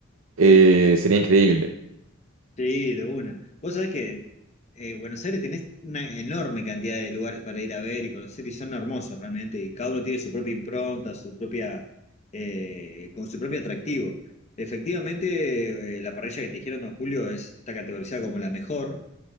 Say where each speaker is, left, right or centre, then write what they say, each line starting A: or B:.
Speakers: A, on the right; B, on the left.
A: Eh, sería increíble.
B: Sí, de una. Vos sabés que eh, Buenos Aires tenés una enorme cantidad de lugares para ir a ver y conocer y son hermosos realmente. Y cada uno tiene su propia impronta, su propia, eh, con su propio atractivo. Efectivamente, eh, la parrilla que te dijeron, don Julio, es- está categorizada como la mejor.